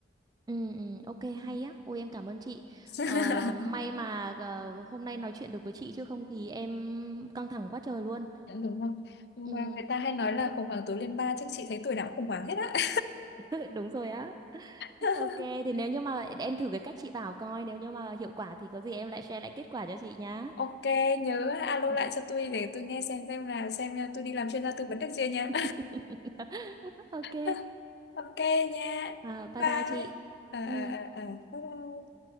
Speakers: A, on the right (about 20°); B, on the left (about 60°).
A: ừ ừ, ok
B: Ừ.
A: hay á ôi em cảm ơn chị
B: <laughs>
A: ờ, may mà ờ, hôm nay nói chuyện được với chị chứ không thì em căng thẳng quá trời luôn
B: đúng không mà
A: ừ
B: người ta hay nói là
A: thế
B: khủng hoảng tuổi lên ba chứ chị thấy tuổi nào cũng khủng hoảng hết á
A: <laughs> đúng rồi á
B: <laughs>
A: ok thì nếu như mà em thử cái cách chị bảo coi nếu như mà hiệu quả thì có gì em lại share lại kết quả cho chị nhá
B: ok nhớ alo
A: Ừ.
B: lại cho tôi để tôi nghe xem xem là xem là tôi đi làm chuyên gia tư vấn được chưa nha
A: <laughs> ok
B: <laughs> ok nha
A: À, bye
B: bye
A: bye chị.
B: ờ
A: Ừ.
B: ờ ờ ờ bye bye